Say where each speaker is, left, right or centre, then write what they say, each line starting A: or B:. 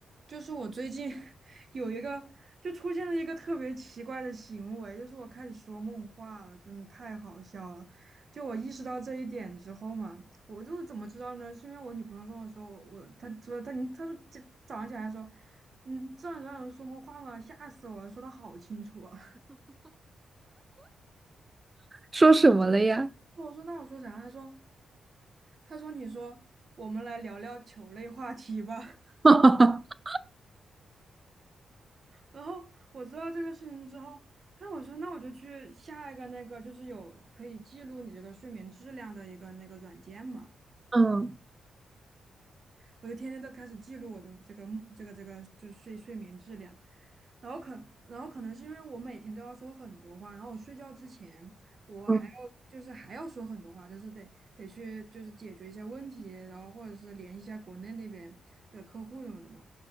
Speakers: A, on the right; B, on the right.
A: 就是我最近 <laughs> 有一个，就出现了一个特别奇怪的行为，就是我开始说梦话了，真的太好笑了。就我意识到这一点之后嘛，我就怎么知道呢？是因为我女朋友跟我说，我她说她你她说这早上起来说，你这样让人说梦话吗？吓死我了，说的好清楚啊。
B: 说什么了呀？
A: <laughs> 我说那我说啥？她说她说你说我们来聊聊球类话题吧。
B: <laughs>
A: 然后我知道这个事情之后，哎，我说那我就去下一个那个，就是有可以记录你这个睡眠质量的一个那个软件嘛。
B: 嗯
A: 我就天天都开始记录我的这个这个这个就是睡睡眠质量，然后可然后可能是因为我每天都要说很多话，然后我睡觉之前我还要就是还要说很多话，
B: 嗯
A: 就是得得去就是解决一下问题，然后或者是联系一下国内那边的客户什么的嘛，